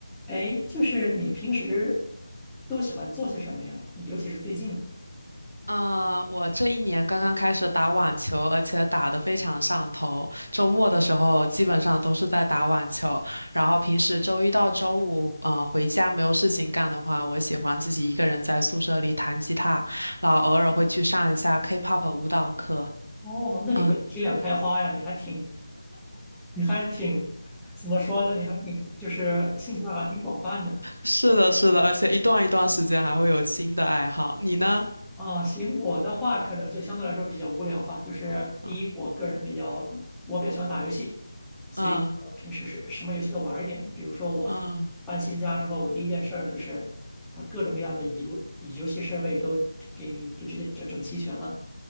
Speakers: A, in the centre; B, on the right.
A: 哎，就是你平时都喜欢做些什么呀？尤其是最近。
B: 嗯，呃我这一年刚刚开始打网球，而且打得非常上头。周末的时候基本上都是在打网球，然后平时周一到周五，呃，回家没有事情干的话，我喜欢自己一个人在宿舍里弹吉他，然后偶尔会去上一下
A: 嗯
B: K-pop 舞蹈课。
A: 哦，那你文体两开花呀，
B: 嗯，
A: 你还挺，你还挺，怎么说呢？你还挺，就是兴趣爱好挺广泛的
B: 是的，是的，而且一段一段时间还会有新的爱好。你呢？
A: 啊。行，我的话可能就相对来说比较无聊吧。就是第一，
B: 嗯
A: 我个人比较，我比较喜欢打游戏，所以呃平时是什么游戏都玩儿一点。
B: 嗯
A: 比如说我
B: 嗯
A: 搬新家之后，我第一件事儿就是把各种各样的游游戏设备都给你给直接整整齐全了。